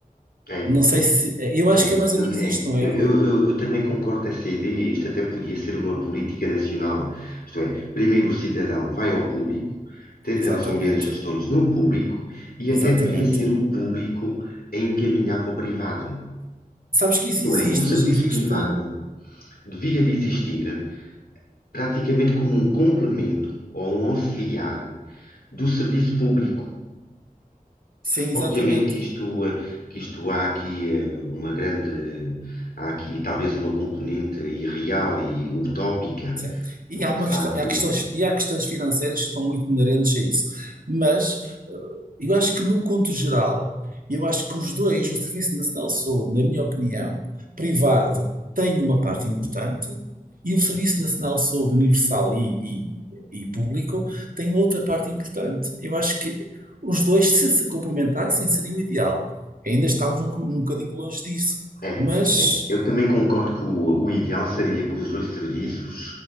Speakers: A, on the left (about 80°); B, on the right (about 65°).
A: é,
B: Não sei
A: é.
B: se. eh, Eu acho
A: É,
B: que é mais
A: eu,
B: ou menos
A: é,
B: isto, não é,
A: eu,
B: Rui?
A: eu, eu- eu também concordo com essa ideia. Isto até podia ser uma política nacional. Isto é, primeiro o cidadão vai ao público, tenta
B: Exatamente,
A: resolver as questões no público e
B: exatamente.
A: até deveria ser o público a encaminhar para o privado.
B: Sabes que
A: Isto
B: isso existe,
A: é, o serviço
B: mas existe
A: privado devia de existir praticamente como um complemento ou um auxiliar do serviço público.
B: sem
A: Obviamente
B: exatamente.
A: que isto, eh, que isto há aqui eh, uma grande, há aqui talvez uma componente irreal e utópica,
B: Sim. E
A: de
B: há uma questão,
A: facto
B: há questões, e há questões financeiras que estão muito inerentes a isso. Mas eh, eu acho que, no conto geral, eu acho que os dois, o Serviço Nacional de Saúde, na minha opinião, privado, tem uma parte importante e o Serviço Nacional de Saúde Universal e, e, e público tem outra parte importante. Eu acho que os dois, se se complementassem, seria o ideal. Ainda estamos um, um bocadinho longe disso.
A: é,
B: Mas.
A: é. Eu também concordo que o, o ideal seria que os dois serviços